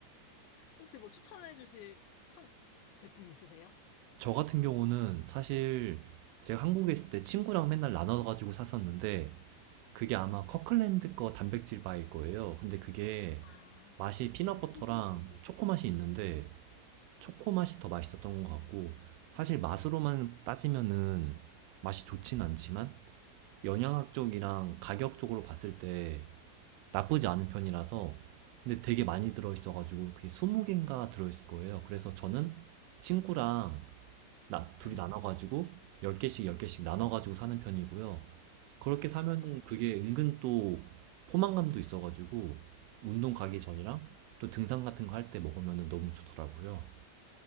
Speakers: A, on the left; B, on the right.
A: 혹시 뭐 추천해 주실 상 제품 있으세요?
B: 저 같은 경우는 사실 제가 한국에 있을 때 친구랑 맨날 나눠가지고 샀었는데 그게 아마 커클랜드 거 단백질 바일 거예요. 근데 그게
A: 아,
B: 맛이 피넛버터랑
A: 그 코스트코.
B: 초코맛이 있는데 초코맛이 더 맛있었던 것 같고 사실 맛으로만 따지면은 맛이 좋진 않지만 영양학적이랑 가격적으로 봤을 때 나쁘지 않은 편이라서 근데 되게 많이 들어있어가지고 그게 20개인가 들어있을 거예요. 그래서 저는 친구랑 나 둘이
A: 네.
B: 나눠가지고 10개씩 10개씩 나눠가지고 사는 편이고요. 그렇게 사면은
A: 아,
B: 그게 은근 또 포만감도 있어가지고 운동
A: 아,
B: 가기 전이랑 또 등산 같은 거 할 때 먹으면은 너무 좋더라고요.